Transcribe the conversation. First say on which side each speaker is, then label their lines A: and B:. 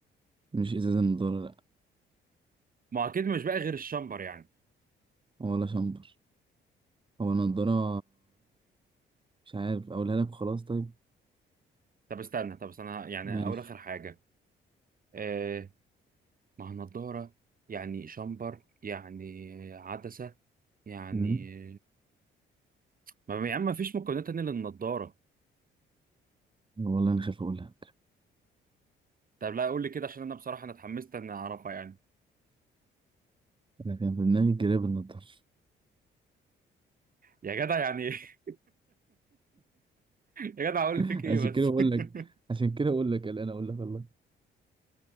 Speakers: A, on the right; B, on the right.
A: مش ازازة نضارة لا
B: ما هو اكيد مش بقى غير الشامبر يعني
A: ولا شامبر هو نضارة مش عارف اقولها لك خلاص طيب
B: طب استنى طب استنى يعني
A: ماشي
B: اول اخر حاجه آه ما هو نضاره يعني شامبر يعني عدسه يعني
A: مم.
B: ما يا عم ما فيش مكونات تانية للنضاره
A: والله انا خايف اقول لك
B: طب لا قول لي كده عشان انا بصراحه انا اتحمست ان اعرفها يعني
A: انا كان في دماغي جراب النضارة
B: يا جدع يعني <laughs> إيه؟ يا جدع اقول
A: <laughs>
B: فيك ايه
A: عشان
B: بس
A: كده بقول لك
B: <laughs>
A: عشان كده بقول لك قلقان اقول لك والله